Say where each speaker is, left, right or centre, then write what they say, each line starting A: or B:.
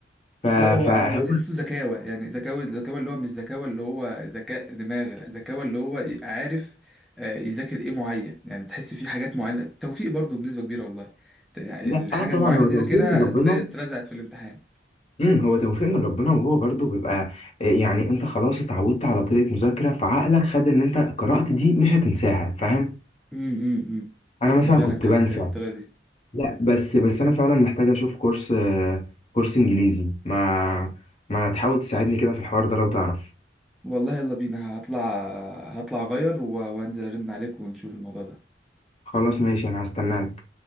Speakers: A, on the left; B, in the centre.
A: ف...
B: هو هو
A: فهو
B: هو تحسه ذكاوه يعني ذكاوه ذكاوه اللي هو مش ذكاوه اللي هو ذكاء دماغ لا ذكاوه اللي هو ي- عارف آه، يذاكر ايه معين يعني تحس فيه حاجات معينه توفيق برضو بنسبه كبيره والله ت- يعني
A: لا
B: الحاجه
A: اه طبعا
B: المعينه
A: هو
B: دي
A: توفيق
B: ذاكرها
A: من ربنا
B: تلاقي اترزعت في الامتحان
A: امم هو توفيق من ربنا وهو برضو بيبقى آه، يعني انت خلاص اتعودت على طريقة مذاكرة فعقلك خد ان انت قرأت دي مش هتنساها فاهم
B: امم امم
A: انا مثلا
B: دي فعلا
A: كنت
B: كانت
A: بنسى
B: بالطريقه دي
A: لا بس بس انا فعلا محتاج اشوف كورس آه، كورس انجليزي ما ما تحاول تساعدني كده في الحوار ده لو تعرف
B: والله يلا بينا هطلع هطلع اغير و- وانزل ارن عليك ونشوف الموضوع ده
A: خلاص ماشي انا هستناك